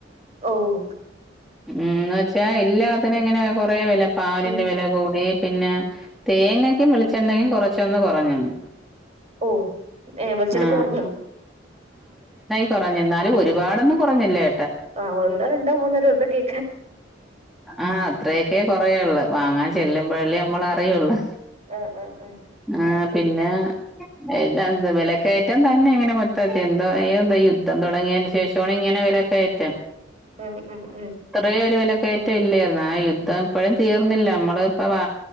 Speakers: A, on the right (about 35°); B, in the centre.
A: ഓഹ്
B: ഉം എന്ന് വെച്ചാ എല്ലാത്തിന് ഇങ്ങനെ കുറെ വെല പാലിന്റെ
A: ഉം
B: വെല കൂടി പിന്നെ തേങ്ങക്കും വെളിച്ചെണ്ണയും കുറച്ചൊന്ന് കുറഞ്ഞെന്ന്
A: ഓ ഏഹ് വെളിച്ചെണ്ണ
B: ആ
A: കൊറഞ്ഞോ
B: കുറഞ്ഞെന്നാലും ഒരുപാടൊന്നും കുറഞ്ഞില്ലേ
A: ആ ഒന്നോ രണ്ടോ മൂന്ന് രൂപയ്ക്കെ
B: ആ അത്രേക്കെ കുറയൊള്ളു വാങ്ങാൻ ചെല്ലുമ്പോഴല്ലെ നമ്മള് അറിയുള്ളു
A: ആഹ് ആഹ് ആഹ്
B: ആ പിന്നെ എല്ലാം വിലക്കയറ്റം തന്നെ ഇങ്ങനെ മൊത്തത്തി എന്തോ എന്താ ഈ യുദ്ധം തുടങ്ങിയെന്ന് ശേഷമാണ് ഇങ്ങനെ വെല കയറ്റം
A: ഉം ഉ ഉം
B: ണ്ട് ഒരു വില കയറ്റം ഇല്ലെർന്ന ആ യുദ്ധം ഇപ്പോഴും തീർന്നില്ല നമ്മള ഇപ്പ വാ